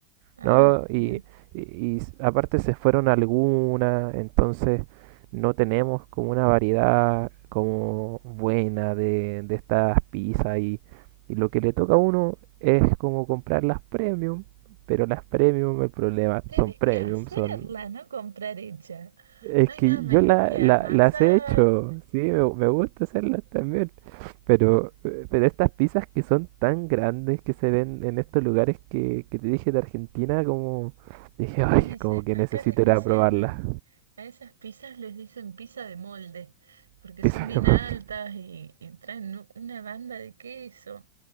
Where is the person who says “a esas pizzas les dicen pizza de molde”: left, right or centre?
Right